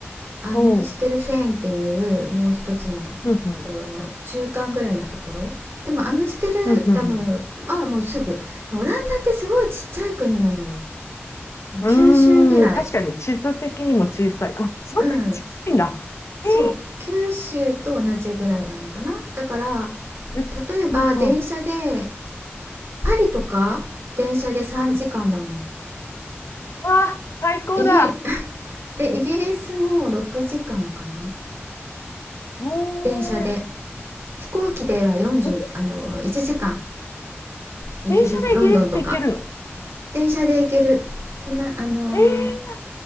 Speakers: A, on the right; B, on the left.
A: アムステルフェーンっていうもう一つのと
B: おう。うんうん。
A: ころの中間ぐらいのところでもアムステルダムはもうすぐオランダってすごいちっちゃい国なのよ
B: うんうんうん。
A: もう九州ぐらい
B: うーん。確かに地図的にも小さい。あ、そんなに小さいんだ。
A: うんそう九州と同じぐらいなのかなだから
B: ええーめうんうん。
A: 例えば電車でパリとか電車で3時間だもん
B: うんうわあ、最高だ。
A: イギ <laughs> でイギリスも6時間かんかな
B: ええー
A: 電車で飛行機では40あの1時間
B: イギリス。
A: イギリスロンドンとか
B: 電車でイギリスって行けるの
A: 電車で行けるこんなあのー
B: ええ